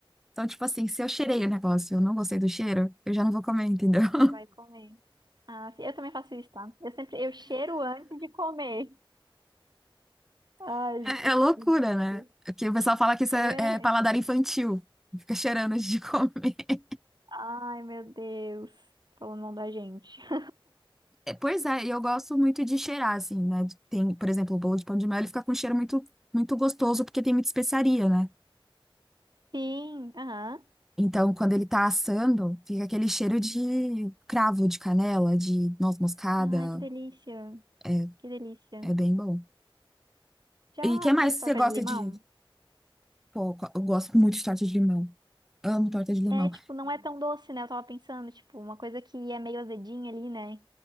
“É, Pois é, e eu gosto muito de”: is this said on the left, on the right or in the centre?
Centre